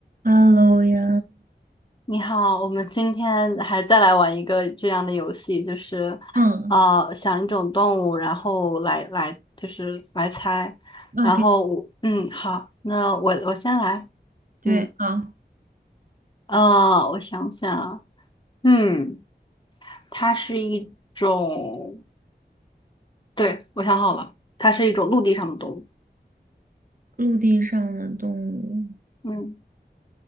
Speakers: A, on the right; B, on the left.
A: Hello 呀，
B: 你好，我们今天还再来玩一个这样的游戏，就是，
A: 嗯
B: 啊，想一种动物，然后来来就是来猜，然后我嗯好，
A: 可以，
B: 那我我先来，
A: 对，
B: 嗯
A: 好，
B: 呃，我想想啊，嗯，它是一种，对，我想好了，它是一种陆地上的动物，
A: 陆地上的动物，
B: 嗯